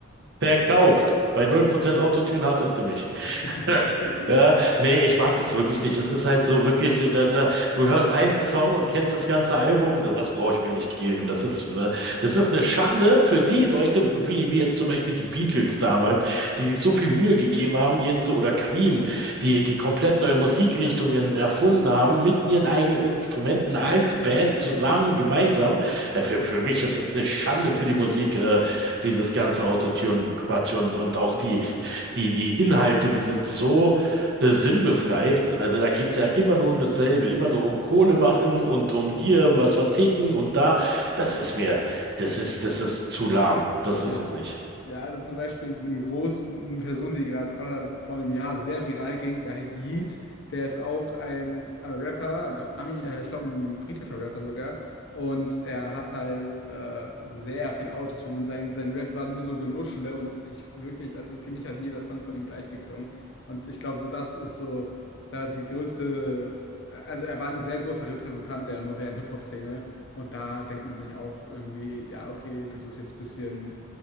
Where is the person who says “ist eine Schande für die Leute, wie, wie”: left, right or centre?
Right